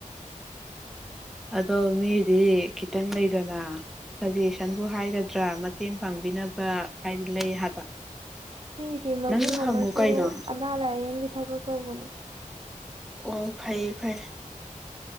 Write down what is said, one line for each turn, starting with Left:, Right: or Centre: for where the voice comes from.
Centre: <inaudible> ꯑꯗꯣ ꯃꯤꯗꯤ ꯈꯤꯇꯪ ꯂꯩꯗꯅ ꯁꯖꯦꯁꯟꯕꯨ ꯍꯥꯏꯒꯗ꯭ꯔꯥ ꯃꯇꯦꯡ ꯄꯥꯡꯕꯤꯅꯕ ꯍꯥꯏꯗꯤ ꯂꯩ ꯍꯥꯏꯕ
Right: ꯃꯤꯗꯤ ꯃꯕꯨꯡ
Centre: ꯅꯪꯁꯨ ꯍꯪꯉꯨ
Right: ꯑꯃꯁꯨ
Centre: ꯀꯩꯅꯣ
Right: ꯑꯅꯥ ꯂꯥꯏꯌꯦꯡꯒꯤ ꯊꯕꯛ ꯇꯧꯕꯅꯦ
Centre: ꯑꯣ ꯐꯩꯌꯦ ꯐꯩꯌꯦ